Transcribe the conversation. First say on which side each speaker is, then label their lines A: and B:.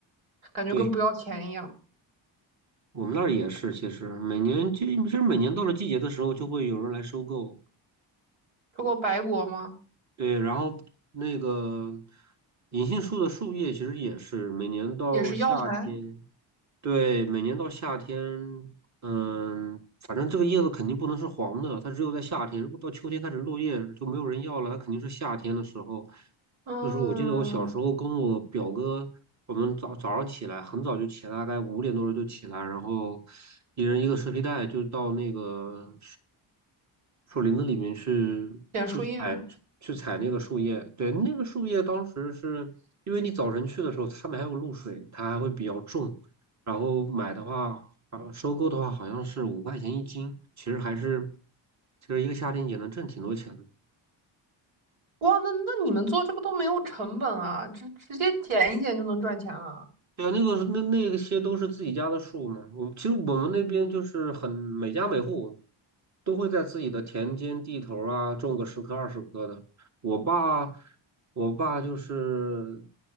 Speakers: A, on the right (about 80°); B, on the right (about 35°).
A: 感觉跟不要钱一样。
B: 对。我们那儿也是，其实每年就其实每年到了季节的时候，就会有人来收购。
A: 说过白果吗？
B: 对，然后那个银杏树的树叶其实也是每年到夏天。
A: 也是药材，
B: 对，每年到夏天，嗯，反正这个叶子肯定不能是黄的，它只有在夏天。如果到秋天开始落叶，就没有人要了，它肯定是夏天的时候。
A: 嗯，
B: 就是我记得我小时候跟我表哥，我们早早上起来很早就起来，大概五点多钟就起来，然后一人一个蛇皮袋，就到那个树林子里面去去采去采那个树叶，
A: 捡树叶啊。
B: 对，那个树叶当时是因为你早晨去的时候，上面还有露水，它还会比较重，然后买的话，啊，收购的话好像是五块钱一斤，其实还是其实一个夏天也能挣挺多钱的。
A: 哇，那那你们做这个都没有成本啊，直直接捡一捡就能赚钱了。
B: 对啊，那个那那些都是自己家的树嘛。我其实我们那边就是很每家每户都会在自己的田间地头儿啊种个十棵二十棵的。我爸，我爸就是